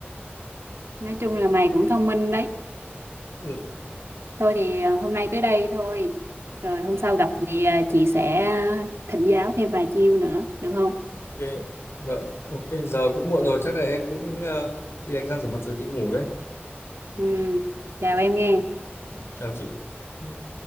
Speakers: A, on the right; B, on the left.
A: nói chung là mày cũng thông minh đấy.
B: Ừ,
A: Thôi thì ờ, hôm nay tới đây thôi. Rồi hôm sau gặp thì ờ, chị sẽ ờ, thỉnh giáo thêm vài chiêu nữa, được không?
B: ok vâng ok giờ cũng muộn rồi chắc là em cũng ờ, đi đánh răng rửa mặt rồi đi ngủ đấy
A: Ừ, chào em nghe.
B: chào chị Ừ.